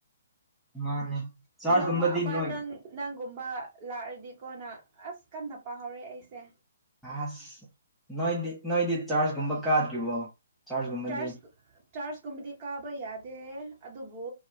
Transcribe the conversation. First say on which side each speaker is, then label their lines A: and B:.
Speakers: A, in the centre; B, on the right (about 30°).
A: ꯎꯝ ꯃꯥꯅꯦ ꯆꯥꯛ
B: ꯅꯣꯡꯃ
A: ꯀꯨꯝꯕꯗꯤ
B: ꯑꯃ
A: ꯅꯣꯏ
B: ꯅꯪ ꯅꯪꯒꯨꯝꯕ ꯂꯥꯛꯔꯗꯤꯀꯣꯅ ꯑꯁ ꯀꯟꯅ ꯄꯥꯍꯧꯔꯦ ꯑꯩꯁꯦ
A: ꯑꯥꯁ ꯅꯣꯏꯗꯤ ꯅꯣꯏꯗꯤ ꯆꯥꯔꯖꯒꯨꯝꯕ ꯀꯥꯗ꯭ꯔꯤꯕꯣ ꯆꯥꯔꯖꯀꯨꯝꯕꯗꯤ
B: ꯆꯥꯔꯖ ꯆꯥꯔꯖꯀꯨꯝꯕꯗꯤ ꯀꯥꯕ ꯌꯥꯗꯦ ꯑꯗꯨꯕꯨ